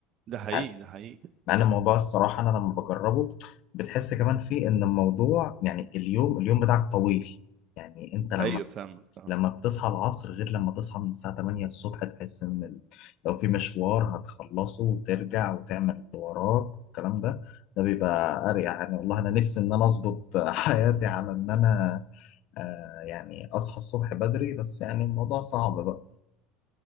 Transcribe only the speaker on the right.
ده حقيقي
ده حقيقي
ايوه فاهمك فاهم